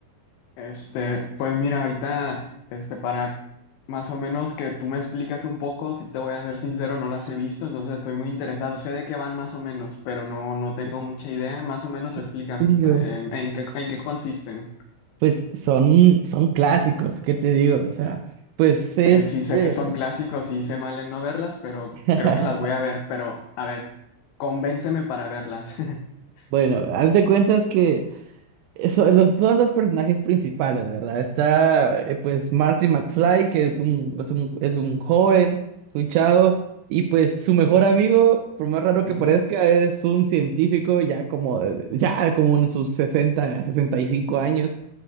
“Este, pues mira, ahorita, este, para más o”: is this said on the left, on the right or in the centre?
Left